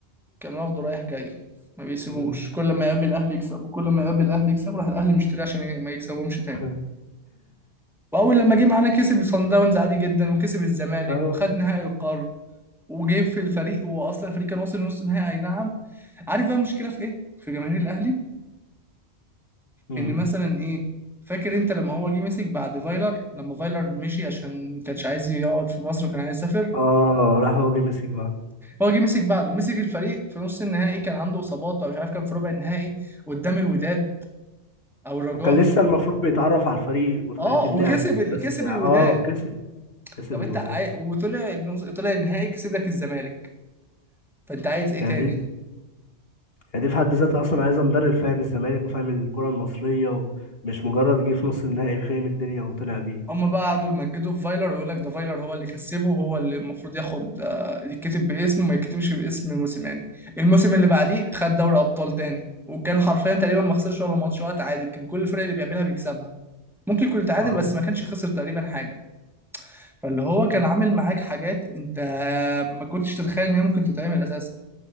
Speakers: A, in the centre; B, on the left.
A: كان واخده رايح جاي ما بيسيبوش
B: امم
A: كل ما يقابل الاهلي يكسب وكل ما يقابل الاهلي يكسب راح الاهلي مشتريه عشان ي- ما يكسبهمش تاني
B: <laughs>
A: واول لما جه معانا كسب صن داونز عادي جدا وكسب الزمالك
B: اه
A: وخد نهائي القرن وجه في الفريق واصلا الفريق كان واصل نص نهائي اي نعم عارف بقى المشكله في ايه في جماهير الاهلي
B: امم
A: ان مثلا ايه فاكر انت لما هو جه مسك بعد فايلر لما فايلر مشي عشان ما كانش عايز يقعد في مصر وكان عايز يسافر
B: اه راح هو جه ميسي بقى
A: هو جه مسك بعده مسك الفريق في نص النهائي كان عنده اصابات او مش عارف كان في ربع النهائي قدام الوداد او الرجاء
B: وكان لسه المفروض بيتعرف على الفريق وطريقة
A: اه
B: اللعب
A: وكسب ال...
B: بس
A: كسب
B: اه
A: الوداد
B: كسب كسب
A: طب
B: الوداد
A: انت عاي... وطلع النص... طلع النهائي كسب لك الزمالك فانت عايز ايه
B: يعني
A: تاني
B: دي يعني دي في حد ذاتها اصلا عايزه مدرب فاهم الزمالك وفاهم الكره المصريه ومش مجرد جه في نص النهائي فاهم الدنيا وطلع بيه
A: هما بقى قعدوا يمجدوا في فايلر ويقول لك ده فايلر هو اللي كسبه وهو اللي المفروض ياخد آه، يتكتب باسمه وما يكتبش باسم موسيماني الموسم اللي بعديه خد دوري ابطال تاني وكان حرفيا تقريبا ما خسرش ولا ماتش ولا تعادل كان كل الفرق اللي بيقابلها بيكسبها ممكن يكون تعادل
B: اه
A: بس ما كانش خسر تقريبا حاجه فاللي هو كان عامل معاك حاجات انت ما كنتش تتخيل ان هي ممكن تتعمل اساسا